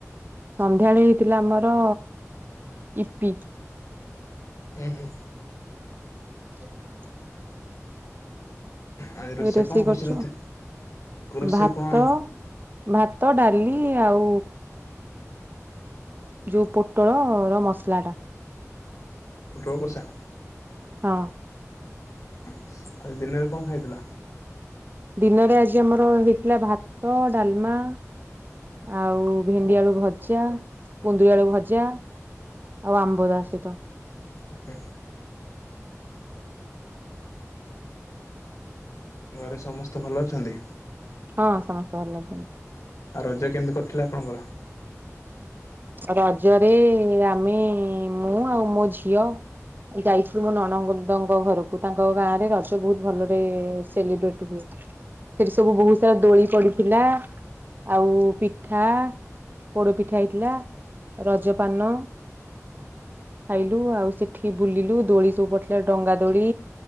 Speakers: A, on the right; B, on the left.
A: ସନ୍ଧ୍ୟାବେଳେ ହେଇଥିଲା ଆମର ଇପି।
B: ଉଁ ହୁଁ।
A: ଓେ <inaudible>
B: ଆଜି
A: ଏବେ ରୋଷେଇ
B: କଣ
A: କରୁଚ
B: କରିଛି ରାତି ରୋଷେଇ
A: ଭାତ
B: କଣ
A: ଭା ଭାତ ଡାଲି ଆଉ ଯୋଉ ପୋଟଳର ମସଲାଟା।
B: ପୋଟଳ କସା।
A: ହଁ।
B: ଉଁ ହୁଁ ଆଜି ଦିନରେ କଣ ଖାଇଥିଲା?
A: ଦିନରେ ଆଜି ଆମର ହେଇଥିଲା ଭାତ ଡାଲମା ଆଉ ଭେଣ୍ଡି ଆଳୁ ଭଜା କୁନ୍ଦୁରି ଆଳୁ ଭଜା ଆଉ ଆମ୍ବ ତା ସହିତ ସହିତ
B: ଉଁ ହୁଁ। ଘରେ ସମସ୍ତେ ଭଲ ଅଛନ୍ତି?
A: ହଁ ସମସ୍ତ ଭଲ ଅଛନ୍ତି।
B: ଆଉ ରଜ କେମିତି କଟିଲା ଆପଣଙ୍କର?
A: ରଜରେ ଆମେ ମୁଁ ଆଉ ମୋ ଝିଅ ଯାଇଥିଲୁ ମୋ ନଣନ୍ଦଙ୍କ ଘରକୁ ତାଙ୍କ ଗାଁରେ ରଜ ବୋହୁତ ଭଲରେ ସେଲିବ୍ରେଟ ହୁଏ ସେଠି ସବୁ ବୋହୁତ ସାରା ଦୋଳି ପଡିଥିଲା ଆଉ ପିଠା ପୋଡ ପିଠା ହେଇଥିଲା। ରଜପାନ ଖାଇଲୁ ଆଉ ସେ ଠି ବୁଲିଲୁ ଦୋଳି ସବୁ ପଡିଥିଲା ଡଙ୍ଗା ଦୋଳି